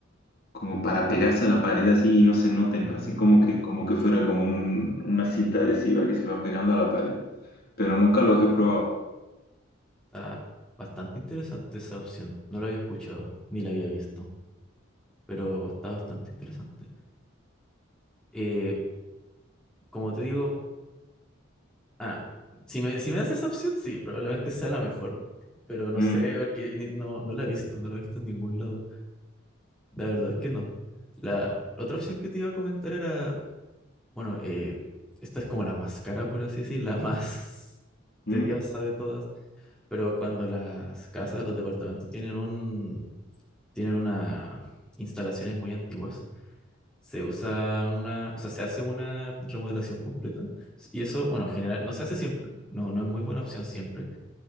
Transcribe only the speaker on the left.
como para pegarse a la pared así y no se noten,
así como que, como que fuera como un, una cinta adhesiva que se va pegando a la pared, pero nunca los he probado.
Mm,
mm,